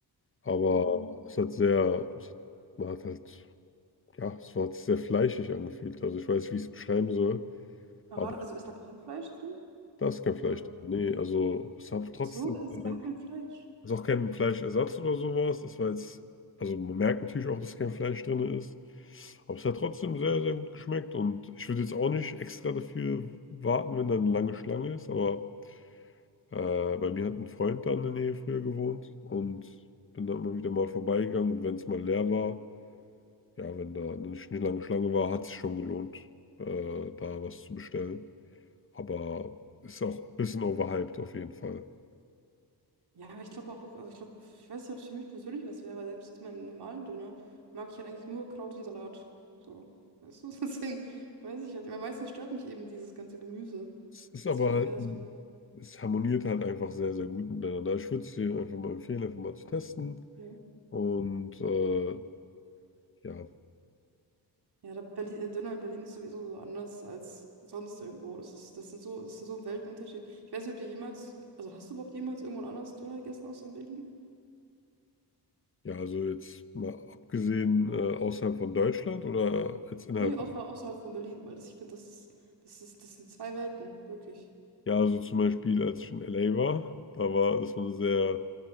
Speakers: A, on the left; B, on the right.
A: aber
B: Mhm.
A: es hat sehr, es hat, man hat halt, ja, es war, hat sich sehr fleischig angefühlt. Also ich weiß nicht, wie ich es beschreiben soll,
B: Aber
A: aber
B: warte, also ist da kein Fleisch drin?
A: da ist kein Fleisch
B: Oder?
A: drin. Nee, also es hat trotzdem,
B: So, da ist
A: äh,
B: gar kein Fleisch.
A: es ist auch kein Fleischersatz oder sowas. Es war jetzt, also man merkt natürlich auch, dass kein Fleisch drin ist, aber es hat trotzdem sehr, sehr gut geschmeckt und ich würde jetzt auch nicht extra dafür warten, wenn da eine lange Schlange ist, aber. Äh, bei mir hat ein Freund da in der Nähe früher gewohnt und bin da immer wieder mal vorbeigegangen. Und wenn es mal leer war, ja, wenn da eine nicht lange Schlange war, hat es sich schon gelohnt, äh, da was zu bestellen. Aber ist auch ein bisschen overhyped auf jeden Fall.
B: Ja, aber ich glaube auch, also ich glaube, ich weiß nicht, ob es für mich persönlich was wäre, weil selbst zu meinem normalen Döner mag ich halt eigentlich nur Kraut und Salat. So, weißt du, <laughs> deswegen weiß ich halt, weil meistens stört mich eben dieses ganze Gemüse.
A: Es ist
B: Deswegen
A: aber halt,
B: wäre das
A: ein-
B: vielleicht.
A: es harmoniert halt einfach sehr, sehr gut miteinander. Ich würde es dir einfach mal empfehlen, einfach mal zu testen.
B: ja.
A: Und äh, ja,
B: Ja, der Berlin, äh, Döner in Berlin ist sowieso so anders als sonst irgendwo. Das ist, das sind so, das ist so ein Weltenunterschied. Ich weiß nicht, ob du jemals, also hast du überhaupt jemals irgendwo anders Döner gegessen außer in Berlin?
A: ja, also jetzt mal abgesehen äh, außerhalb von Deutschland oder jetzt innerhalb
B: Nee, außer, außerhalb von Berlin, weil das, ich finde, das ist, das ist, das sind zwei Welten, wirklich.
A: Ja, also zum Beispiel, als ich in LA war, da war, das war eine sehr,